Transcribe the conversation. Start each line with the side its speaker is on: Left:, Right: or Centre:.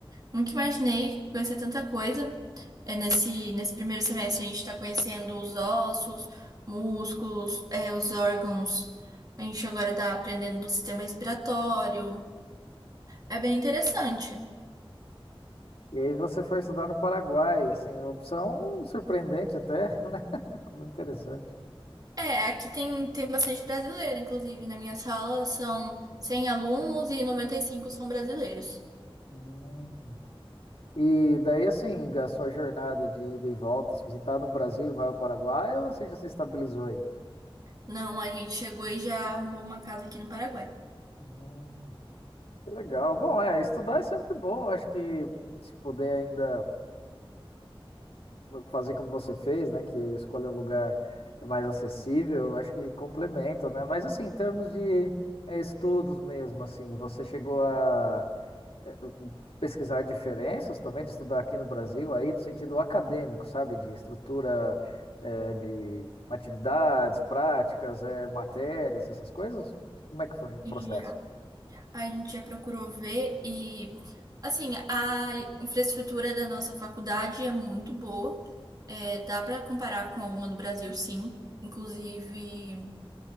Right: nunca imaginei conhecer tanta coisa. É, nesse, nesse primeiro semestre, a gente está conhecendo os ossos, músculos, é, os órgãos. A gente agora está aprendendo do sistema respiratório. É bem interessante.
Left: E aí você foi estudar no Paraguai, assim, uma opção surpreendente até, <laughs> né? Muito interessante.
Right: É, aqui tem, tem bastante brasileiro, inclusive. Na minha sala são 100 alunos e 95 são brasileiros.
Left: Hum. E daí, assim, a sua jornada de ida e volta, se você está no Brasil e vai ao Paraguai, ou você já se estabilizou aí?
Right: Não, a gente chegou e já arrumou uma casa aqui no Paraguai.
Left: Hum, que legal. Bom, é, estudar é sempre bom. Acho que se puder ainda. fazer como você fez, né? Que escolhe um lugar mais acessível, eu acho que complementa, né? Mas assim, em termos de eh, estudos mesmo, assim, você chegou a eh, pesquisar diferenças também de estudar aqui no Brasil, aí no sentido acadêmico, sabe? De estrutura, eh, de atividades, práticas, eh, matérias, essas coisas? Como é que foi o processo?
Right: Já. A gente já procurou ver e, assim, a infraestrutura da nossa faculdade é muito boa. É, dá para comparar com alguma do Brasil, sim. Inclusive,